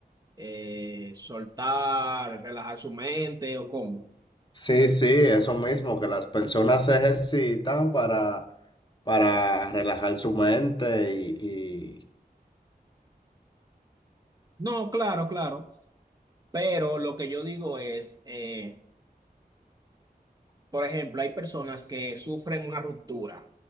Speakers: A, on the right; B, on the left.
A: eh, soltar, relajar su mente o cómo.
B: Sí, sí, eso mismo, que las personas se ejercitan para, para relajar su mente y, y...
A: No, claro, claro. Pero lo que yo digo es... eh, Por ejemplo, hay personas que sufren una ruptura.